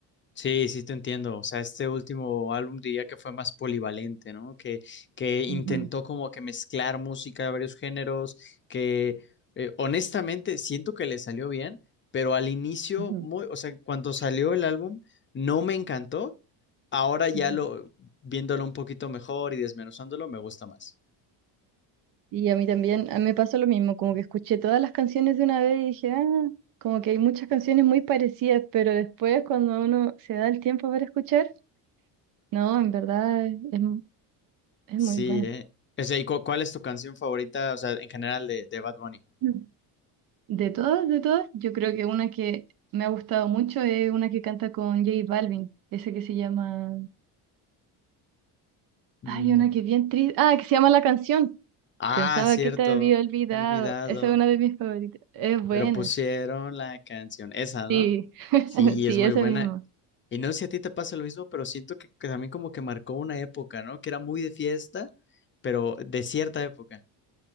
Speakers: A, on the left; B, on the right.
A: Sí, sí te entiendo. O sea, este último álbum diría que fue más polivalente, ¿no? Que, que intentó
B: Ujú,
A: como que mezclar música de varios géneros, que eh, honestamente siento que le salió bien, pero al inicio,
B: ujú.
A: muy, o sea, cuando salió el álbum, no me encantó. Ahora ya
B: Ujú.
A: lo, viéndolo un poquito mejor y desmenuzándolo, me gusta más.
B: Y a mí también, a mí me pasó lo mismo, como que escuché todas las canciones de una vez y dije, ah, como que hay muchas canciones muy parecidas, pero después cuando uno se da el tiempo para escuchar, no, en verdad es, es mu- es
A: Sí,
B: muy bueno.
A: ¿eh? O sea, ¿y cu- cuál es tu canción favorita, o sea, en general de, de Bad Bunny?
B: Mm. De todas, de todas, yo creo que una que me ha gustado mucho es una que canta con J Balvin, ese que se llama,
A: Mm,
B: ay, una que es bien triste, ah, que se llama La Canción.
A: Ah,
B: Pensaba
A: cierto,
B: que te había olvidado.
A: me he olvidado.
B: Esa es una de mis favoritas. Es buena.
A: Pero pusieron la canción esa, ¿no?
B: Sí, <laughs>
A: Sí,
B: sí,
A: es muy
B: esa
A: buena.
B: misma.
A: Y no sé si a ti te pasa lo mismo, pero siento que, que también como que marcó una época, ¿no? Que era muy de fiesta, pero de cierta época.